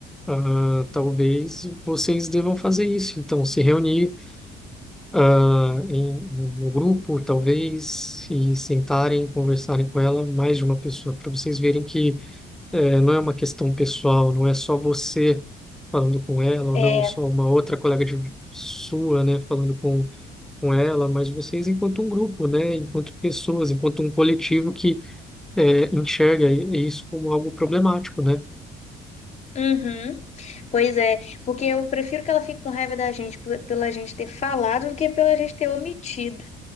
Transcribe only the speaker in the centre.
Ah, talvez vocês devam fazer isso. Então, se reunir ah, em um grupo, talvez, e sentarem, conversarem com ela, mais de uma pessoa, para vocês verem que eh, não é uma questão pessoal, não é só você falando com ela, ou
não só uma outra colega de sua, né, falando com, com ela, mas vocês enquanto um grupo, né, enquanto pessoas, enquanto um coletivo que eh, enxerga i- isso como algo problemático, né?